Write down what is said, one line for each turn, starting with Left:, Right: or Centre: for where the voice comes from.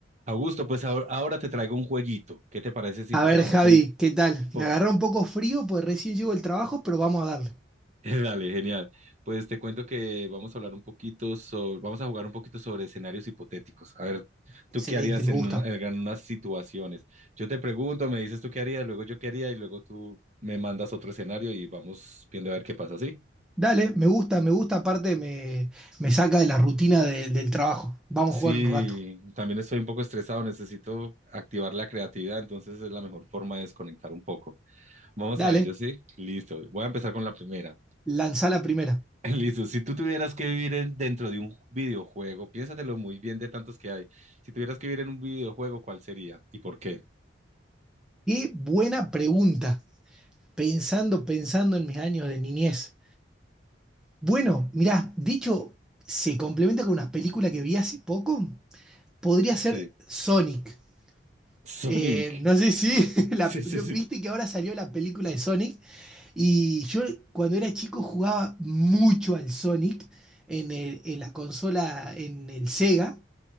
Right: Augusto, pues ahor- ahora te traigo un jueguito. ¿Qué te parece si
Centre: A
Right: jugamos
Centre: ver, Javi,
Right: un
Centre: ¿qué tal?
Right: poco?
Centre: Me agarró un poco frío, pues recién llego del trabajo, pero vamos a darle.
Right: <laughs> Dale, genial. Pues te cuento que vamos a hablar un poquito sobre, vamos a jugar un poquito sobre escenarios hipotéticos. A ver, ¿tú
Centre: Excelente,
Right: qué harías
Centre: me
Right: en,
Centre: gusta.
Right: una- en unas situaciones? Yo te pregunto, me dices tú qué harías, luego yo qué haría y luego tú me mandas otro escenario y vamos viendo a ver qué pasa, ¿sí?
Centre: Dale, me gusta, me gusta, aparte me, me saca de la rutina de- del trabajo. Vamos
Right: Sí,
Centre: a jugar un rato.
Right: también estoy un poco estresado, necesito activar la creatividad, entonces es la mejor forma de desconectar un poco. Vamos
Centre: Dale,
Right: a ello, ¿sí? Listo. Voy a empezar con la primera.
Centre: lanzá la primera.
Right: <laughs> Listo, si tú tuvieras que vivir en- dentro de un videojuego, piénsatelo muy bien de tantos que hay. Si tuvieras que vivir en un videojuego, ¿cuál sería y por qué?
Centre: Qué buena pregunta, pensando, pensando en mis años de niñez. Bueno, mirá, de hecho, se complementa con una película que vi hace poco. Podría
Right: Sí.
Centre: ser Sonic.
Right: Sonic.
Centre: Eh, no sé si <laughs>
Right: Sí,
Centre: la,
Right: sí,
Centre: ¿no
Right: sí.
Centre: ¿viste que ahora salió la película de Sonic? Y yo cuando era chico jugaba mucho al Sonic en, el- en la consola, en el Sega